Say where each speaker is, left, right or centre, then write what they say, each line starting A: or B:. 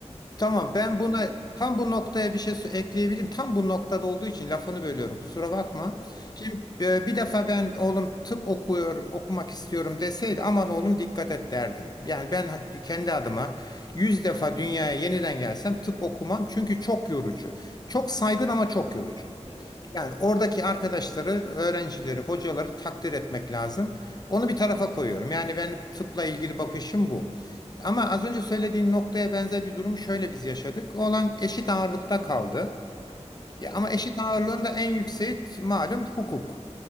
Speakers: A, on the left (about 35°); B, on the left (about 55°).
A: Tamam
B: biraz
A: ben
B: bir
A: buna tam bu noktaya bir şey sö- ekleyebilirim. Tam bu noktada olduğu için lafını bölüyorum. Kusura bakma.
B: estağfurullah.
A: Şimdi e, bir defa ben oğlum tıp okuyorum, okumak istiyorum deseydi aman oğlum dikkat et derdim. Yani ben ha- kendi adıma yüz defa dünyaya yeniden gelsem tıp okumam çünkü çok yorucu. Çok saygın ama çok yorucu.
B: Evet.
A: Yani oradaki arkadaşları, öğrencileri, hocaları takdir etmek lazım. Onu bir tarafa koyuyorum. Yani benim tıpla ilgili bakışım bu. Ama az önce söylediğin noktaya benzer bir durumu şöyle biz yaşadık. Olan eşit ağırlıkta kaldı.
B: Evet.
A: Ya ama eşit ağırlığın da en yükseği t- malum hukuk.